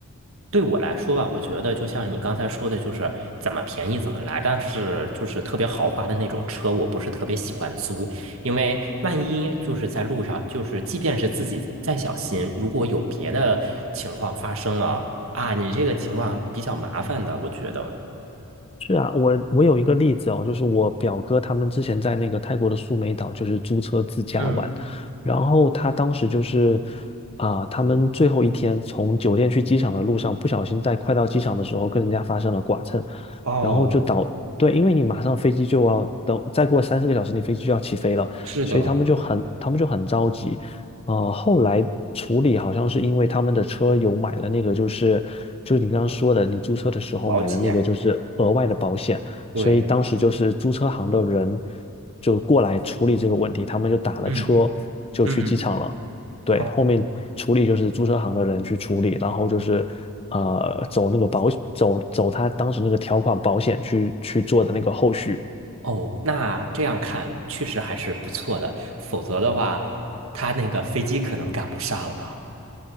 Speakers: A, on the right; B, on the left.
A: 对我来说吧，我觉得就像你刚才说的，就是怎么便宜怎么来，但是就是特别豪华的那种车，我不是特别喜欢租，因为万一就是在路上，就是即便是自己再小心，如果有别的情况发生了啊，你这个情况比较麻烦的，我觉得。
B: 是啊，我我有一个例子哦，就是我表哥他们之前在那个泰国的苏梅岛，就是租车自驾玩，
A: 嗯，
B: 然后他当时就是啊、他们最后一天从酒店去机场的路上，不小心在快到机场的时候跟人家发生了剐蹭，
A: 哦，
B: 然后就导，对，因为你马上飞机就要等，再过三四个小时你飞机就要起飞了，
A: 是的，
B: 所以他们就很他们就很着急，呃，后来处理好像是因为他们的车有买了那个，就是就是你刚刚说的，你租车的时候买了那个，
A: 保险，
B: 就是额外的保险，
A: 对，
B: 所以当时就是租车行的人就过来处理这个问题，他们就打了车就去机场了。
A: 嗯嗯。
B: 对，
A: 哦
B: 后面处理就是租车行的人去处理，然后就是呃走那个保走走他当时那个条款保险去去做的那个后续。
A: 哦，那这样看确实还是不错的，否则的话，他那个飞机可能赶不上了。